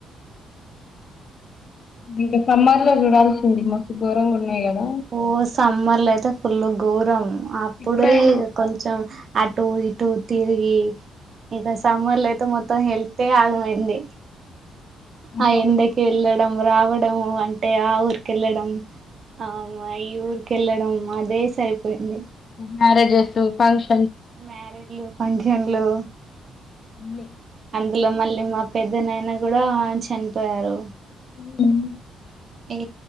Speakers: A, on the left (about 45°); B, on the right (about 50°).
A: ఇంక సమ్మర్లో జూడాల్సింది మస్తు ఘోరంగున్నయి గదా
B: ఓ సమ్మర్లైతే ఫుల్ ఘోరం అప్పుడే
A: ఇప్పుడైనా
B: ఇగ కొంచెం అ. అటూ ఇటూ తిరిగీ ఇంక సమ్మర్లైతే మొత్తం హెల్తే ఆగమైంది
A: అసలు
B: ఆ ఎండకెళ్ళడం రావడం అంటే ఆ ఊరికెళ్లడం. అమ్మ ఈ ఊరికెళ్ళడం అదే సరిపోయింది.
A: మ్యారేజెస్సూ ఫంక్ష
B: మ్యారేజ్లూ ఫంక్షన్లూ
A: అన్ని.
B: అందులో మళ్ళీ మా పెద్దనయన గుడా చనిపోయారూ
A: <unintelligible>
B: ఏ